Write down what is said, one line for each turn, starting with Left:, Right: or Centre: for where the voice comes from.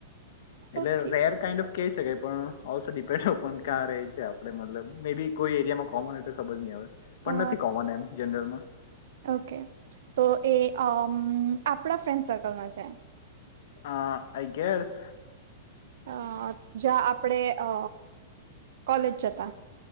Left: એટલે
Right: ઓકે
Left: રેર કાઇન્ડ ઓફ કહી શકાય પણ ઓલ્સો ડિપેન્ડ ઓપોન ક્યાં રહી છે આપડે મતલબ મે બી કોઈ એરિયામાં કોમન હો તો ખબર નહી આવે પણ
Right: અ
Left: નથી કોમન એમ જનરલમાં.
Right: ઓકે તો એ અ આપણા ફ્રેન્ડ સર્કલમાં છે.
Left: આ આઈ ગેસ.
Right: અ જ્યાં આપડે અ કોલેજ જતા!